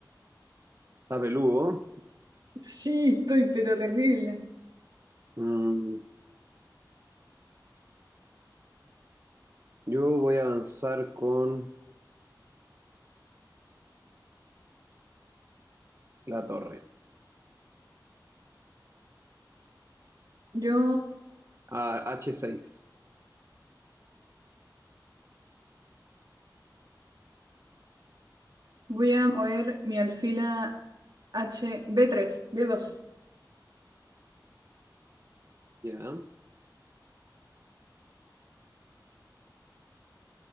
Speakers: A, on the right (about 40°); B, on the right (about 60°).
A: Está peludo.
B: Sí, estoy pero terrible.
A: Mm, yo voy a avanzar con la torre.
B: Yo
A: A H6.
B: voy a mover mi alfil a H b tres b dos
A: Ya.